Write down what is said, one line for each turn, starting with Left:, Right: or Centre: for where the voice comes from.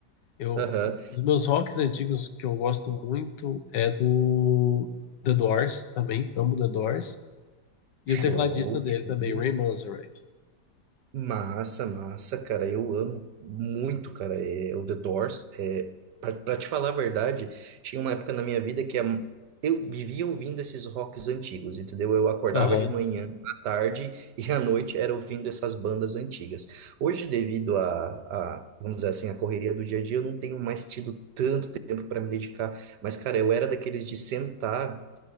Left: Eu,
Right: Aham.
Left: os meus rocks antigos que eu gosto muito é do The Doors também, amo The Doors. E o
Right: Show,
Left: tecladista dele
Right: show.
Left: também, Ray Manzarek.
Right: Massa, massa, cara. Eu amo muito, cara. É, o The Doors. É, pra, pra te falar a verdade, tinha uma época na minha vida que a- eu vivia ouvindo esses rocks antigos, entendeu? Eu acordava
Left: Aham.
Right: de manhã, à tarde <laughs> e à noite era ouvindo essas bandas antigas. Hoje, devido a, a, vamos dizer assim, a correria do dia a dia, eu não tenho mais tido tanto tempo para me dedicar. Mas, cara, eu era daqueles de sentar.